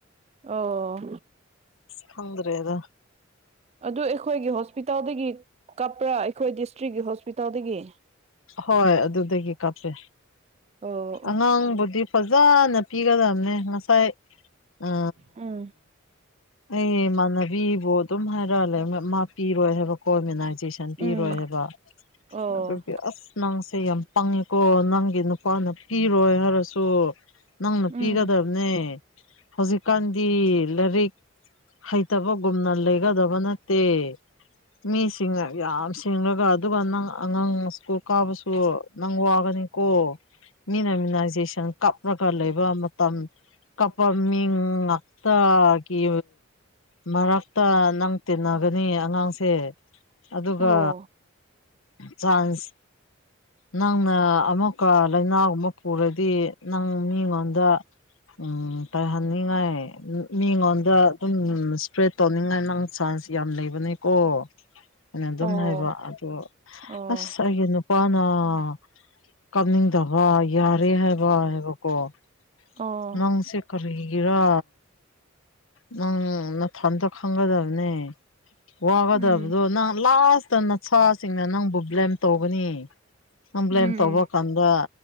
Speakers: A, on the right (about 30°); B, on the left (about 80°).
A: ꯑꯣ
B: ꯐꯔꯦꯗ
A: ꯑꯗꯨ ꯑꯩꯈꯣꯏꯒꯤ ꯍꯣꯁꯄꯤꯇꯥꯜꯗꯒꯤ ꯀꯥꯞꯄ꯭ꯔꯥ ꯑꯩꯈꯣꯏ ꯗꯤꯁꯇ꯭ꯔꯤꯛꯀꯤ ꯍꯣꯁꯄꯤꯇꯥꯜꯗꯒꯤ
B: ꯍꯣꯏ ꯑꯗꯨꯗꯒꯤ ꯀꯥꯞꯄꯦ
A: ꯑꯣ
B: ꯑꯉꯥꯡꯕꯨꯗꯤ ꯐꯖꯅ ꯄꯤꯒꯗꯝꯝꯅꯦ ꯉꯁꯥꯏ ꯑ
A: ꯎꯝ
B: ꯑꯩ ꯃꯥꯟꯅꯕꯤ ꯑꯗꯨꯝ ꯍꯥꯏꯔꯛꯑꯥ ꯂꯩꯕ ꯃꯥ ꯄꯤꯔꯣꯏ ꯍꯥꯏꯕ ꯀꯣ ꯃꯦꯅꯥꯏꯖꯦꯁꯟ ꯄꯤꯔꯣꯏ
A: ꯎꯝ
B: ꯍꯥꯏꯕ
A: ꯑꯣ
B: ꯑꯗꯨꯝ ꯅꯪꯁꯦ ꯌꯥꯝ ꯄꯪꯉꯦꯀꯣ ꯅꯪꯒꯤ ꯅꯨꯄꯥꯅ ꯄꯤꯔꯣꯏ ꯍꯥꯏꯔꯁꯨ ꯅꯪꯅ
A: ꯎꯝ
B: ꯄꯤꯒꯗꯝꯅꯦ ꯍꯧꯖꯤꯛꯀꯥꯟꯗꯤ ꯂꯥꯏꯔꯤꯛ ꯍꯩꯇꯕꯒꯨꯝꯅ ꯂꯩꯒꯗꯕ ꯅꯠ ꯇꯦ ꯃꯤꯁꯤꯡꯅ ꯌꯥꯝ ꯁꯤꯡꯂꯒ ꯑꯗꯨꯒ ꯅꯪ ꯑꯉꯥꯡꯃ ꯁ꯭ꯀꯨꯜ ꯀꯥꯕꯁꯨ ꯅꯪ ꯋꯥꯒꯅꯤꯀꯣ ꯃꯤꯅ ꯃꯤꯅꯥꯏꯖꯦꯁꯟ ꯀꯥꯞꯔꯒ ꯂꯩꯕ ꯃ ꯀꯝ ꯀꯞꯄꯃꯤꯡ ꯉꯥꯛꯇ ꯒꯤ ꯃꯔꯛꯇ ꯅꯪ ꯇꯤꯟꯅꯒꯅꯤ ꯑꯉꯥꯡ ꯁꯦ ꯑꯗꯨꯒ
A: ꯑꯣ
B: ꯆꯥꯟꯁ ꯅꯪꯅ ꯑꯃꯨꯛꯀ ꯂꯩꯅꯥꯒꯨꯝꯕ ꯄꯨꯔꯗꯤ ꯅꯪ ꯃꯤꯉꯣꯟꯗ ꯇ ꯎꯝ ꯇꯩꯍꯟꯅꯤꯡꯉꯥꯏ ꯃꯤꯉꯣꯟꯗ ꯑꯗꯨꯝ ꯏꯁꯄ꯭ꯔꯦꯠ ꯇꯧꯅꯤꯡꯉꯥꯏ ꯅꯪ ꯆꯥꯟꯁ ꯌꯥꯝ ꯂꯩꯕꯅꯦꯀꯣ ꯑꯅꯥ ꯑꯗꯨꯝ
A: ꯑꯣ
B: ꯍꯥꯏꯕ ꯑꯗꯣ
A: ꯑꯣ
B: ꯑꯁ ꯑꯩꯒꯤ ꯅꯨꯄꯥꯅ ꯀꯥꯞꯅꯤꯡꯗꯕ ꯌꯥꯔꯦ ꯍꯥꯏꯕ ꯍꯥꯏꯕꯀꯣ
A: ꯑꯣ
B: ꯅꯪꯁꯦ ꯀꯔꯤ ꯒꯤꯔ ꯅꯪ ꯅꯊꯟꯇ ꯈꯪꯒꯗꯕꯅꯦ ꯋꯥꯒꯗꯕꯗꯣ
A: ꯎꯝ
B: ꯅꯪ ꯂꯥꯁꯇ ꯅꯁꯥꯁꯤꯡꯅ ꯅꯪꯕꯨ ꯕ꯭ꯂꯦꯝ ꯇꯧꯒꯅꯤ ꯅꯪ ꯕ꯭ꯂꯦꯝ
A: ꯎꯝ
B: ꯇꯧꯕ ꯀꯥꯟꯗ